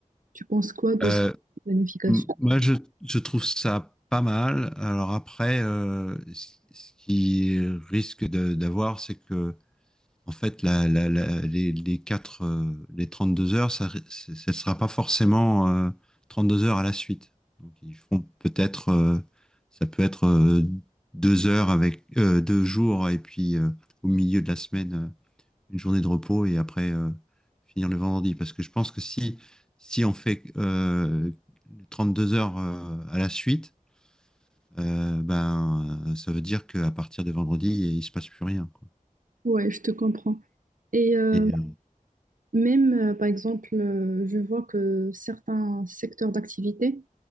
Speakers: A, on the right (about 70°); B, in the centre.
A: tu penses quoi de
B: Euh,
A: cette planification?
B: M- Moi, je, je trouve ça pas mal. Alors après, euh, ce ce qui risque de- d'avoir, c'est que, en fait, la, la- la- les, les quatre, euh, les deux heures, ça, ri- c'est- ça sera pas forcément euh, deux heures à la suite. Donc, ils feront peut-être, euh, ça peut être euh, deux heures avec, euh, deux jours, et puis euh, au milieu de la semaine. euh, une journée de repos et après euh, finir le vendredi. Parce que je pense que si, si on fait euh, deux heures euh, à la suite, euh, ben, euh, ça veut dire qu'à partir de vendredi, il se passe plus rien, quoi.
A: Ouais, je te comprends. Et euh,
B: Et, euh,
A: même, euh, par exemple, euh, je vois que certains secteurs d'activité,